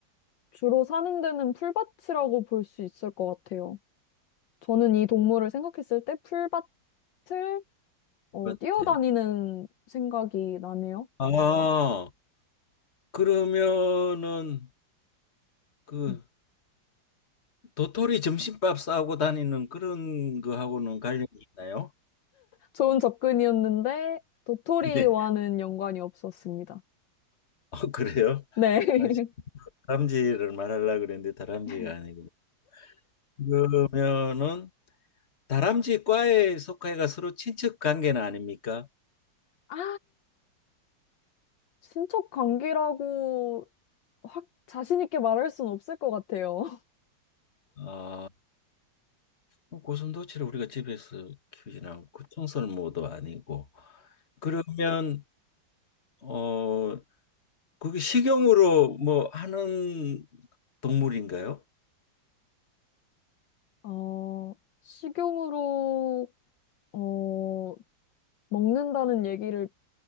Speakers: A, on the left; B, on the left.
A: 주로 사는 데는 풀밭이라고 볼 수 있을 것 같아요. 저는 이 동물을 생각했을 때 풀밭을 어,
B: 밭에.
A: 뛰어다니는 생각이 나네요.
B: 아 그러면은 그
A: 음.
B: 도토리 점심밥 싸고 다니는 그런 거하고는 관련이 있나요?
A: 좋은 접근이었는데 도토리와는
B: <laughs> 네.
A: 연관이 없었습니다.
B: 어, 그래요?
A: 네.
B: 아, 다람쥐를 말하려고 그랬는데 다람쥐가
A: <laughs>
B: 아니고. 그러면은 다람쥐 과에 속하여가 서로 친척 관계는 아닙니까?
A: 아, 친척 관계라고 확 자신 있게 말할 순 없을 것 같아요.
B: 아, 어, 고슴도치를 우리가 집에서 키우진 않고 청설모도 아니고 그러면 어 그게 식용으로 뭐 하는 동물인가요?
A: 어, 식용으로, 어, 먹는다는 얘기를